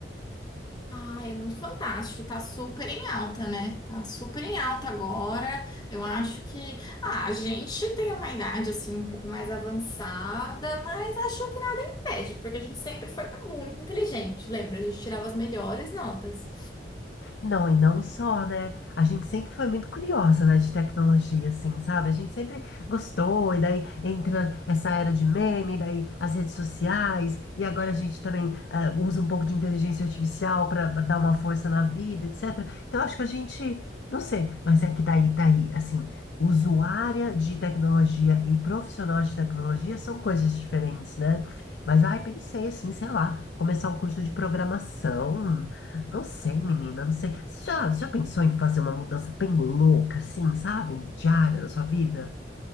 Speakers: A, on the left; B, on the left.
A: Ah, é muito fantástico, tá super em alta, né? Tá super em alta agora. Eu acho que ah, a gente tem uma idade assim um pouco mais avançada, mas acho que nada impede, porque a gente sempre foi muito inteligente, lembra? A gente tirava as melhores notas.
B: Não, e não só, né? A gente sempre foi muito curiosa, né, de tecnologia, assim, sabe? A gente sempre gostou, e daí entra essa era de meme, daí as redes sociais, e agora a gente também eh, usa um pouco de inteligência artificial para dar uma força na vida, etc. Então, acho que a gente, não sei, mas é que daí, daí, assim, usuária de tecnologia e profissional de tecnologia são coisas diferentes, né? Mas, ai, pensei assim, sei lá, começar um curso de programação. Não sei, menina, não sei. Você já, já pensou em fazer uma mudança bem louca, assim, sabe? Diária da sua vida?